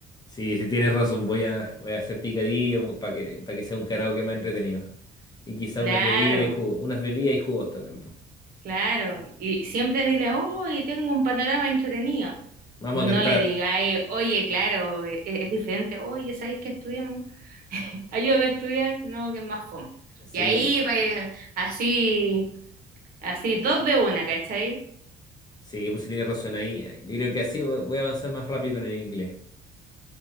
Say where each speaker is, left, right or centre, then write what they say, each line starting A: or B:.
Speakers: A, on the left; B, on the right.
A: Sí, sí tienes razón, voy a, voy a hacer picadillo para que, para que sea un karaoke más entretenido. Y quizá
B: Claro,
A: unas bebidas y jugos, unas bebidas y jugos también, pues.
B: claro. Y siempre dile, hoy tengo un panorama entretenido.
A: Vamos
B: No
A: a cantar.
B: le digáis, oye, claro, e- e, es, diferente, oye, ¿sabéis que estudiamos? Ayúdame a estudiar, no, que es más fome.
A: Sí,
B: Y ahí, va, eh, así, así, dos de una, ¿cachai?
A: sí, pues sí tienes razón ahí. Yo creo que así vo- voy a avanzar más rápido con el inglés.